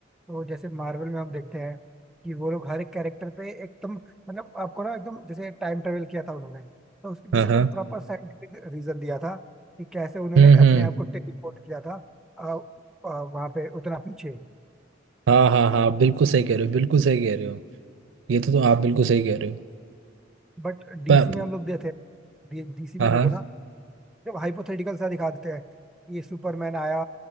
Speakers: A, in the centre; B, on the right.
A: तो जैसे मार्वल में हम देखते हैं कि वो लोग हर एक कैरेक्टर पे एकदम मतलब आपको ना एकदम जैसे टाइम ट्रेवल किया था उन्होंने तो उसके पीछे
B: हाँ हाँ
A: एकदम प्रॉपर साइंटिफिक रीजन दिया था कि कैसे उन्होंने
B: हम्म
A: अपने
B: हम्म
A: आप को टेलीपोर्ट किया था आ, आ, वहां पे उतना पीछे
B: हाँ हाँ हाँ बिल्कुल सही कह रहे हो बिल्कुल सही कह रहे हो ये तो, तो आप बिल्कुल सही कह रहे हो
A: बट डीसी
B: पर
A: में हम लोग देते हैं डीसी में
B: हाँ हाँ
A: देखो ना जब हाइपोथेटिकल सा दिखा देते हैं कि ये सुपरमैन आया